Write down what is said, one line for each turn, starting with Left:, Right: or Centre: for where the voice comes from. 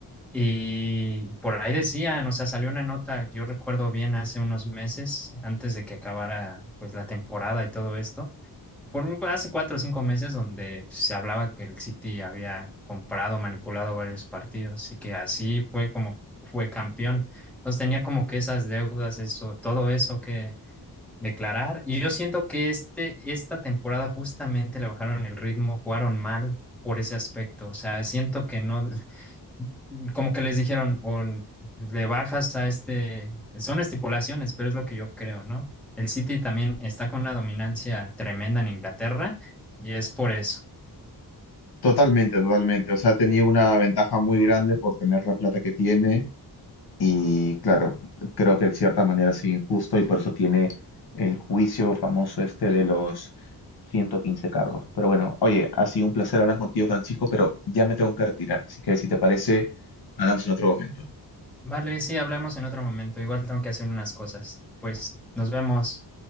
Centre: Y por ahí decían, o sea, salió una nota, yo recuerdo bien hace unos meses, antes de que acabara pues la temporada y todo esto por un- hace cuatro o cinco meses donde pues, se hablaba que el City había comprado, manipulado varios partidos y que así fue como fue campeón. Entonces tenía como que esas deudas, eso, todo eso que declarar. Y yo siento que este, esta temporada justamente le bajaron el ritmo, jugaron mal por ese aspecto. O sea, siento que no, <laughs> como que les dijeron, o n- le bajas a este, son estipulaciones, pero es lo que yo creo, ¿no? El City también está con una dominancia tremenda en Inglaterra y es por eso.
Left: Totalmente, totalmente. O sea, tenía una ventaja muy grande por tener la plata que tiene y claro, creo que de cierta manera es injusto y por eso tiene el juicio famoso este de los 115 cargos. Pero bueno, oye, ha sido un placer hablar contigo, Francisco, pero ya me tengo que retirar. Así que si te parece, hablamos en otro momento.
Centre: Vale, sí, hablamos en otro momento. Igual tengo que hacer unas cosas. Pues nos vemos.